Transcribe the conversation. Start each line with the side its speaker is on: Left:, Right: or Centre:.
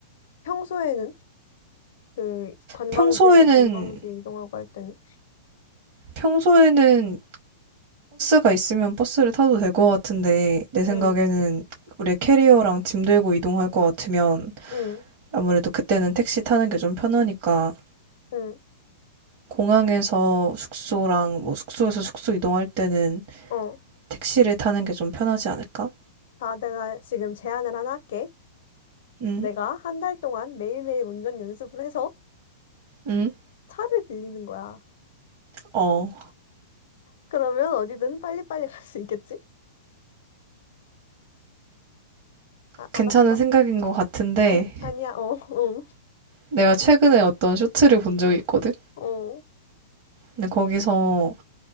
Left: 평소에는? 그 관광지에서
Right: 평소에는,
Left: 관광지 이동하고 할 때는
Right: 평소에는 버스가 있으면 버스를 타도 될 것 같은데, 내 생각에는
Left: 응,
Right: 우리 캐리어랑 짐 들고 이동할 것 같으면,
Left: 응,
Right: 아무래도 그때는 택시 타는 게 좀 편하니까,
Left: 응.
Right: 공항에서 숙소랑 뭐 숙소에서 숙소 이동할 때는
Left: 어.
Right: 택시를 타는 게 좀 편하지 않을까?
Left: 자, 내가 지금 제안을 하나 할게.
Right: 응?
Left: 내가 한 달 동안 매일매일 운전 연습을 해서
Right: 응?
Left: 차를 빌리는 거야.
Right: 어,
Left: 그러면 어디든 빨리빨리 갈 수 있겠지? 아,
Right: 괜찮은
Left: 알았어.
Right: 생각인 것 같은데
Left: 아니, 아니야. 어, 응,
Right: 내가 최근에 어떤 쇼츠를 본 적이 있거든?
Left: 어,
Right: 근데 거기서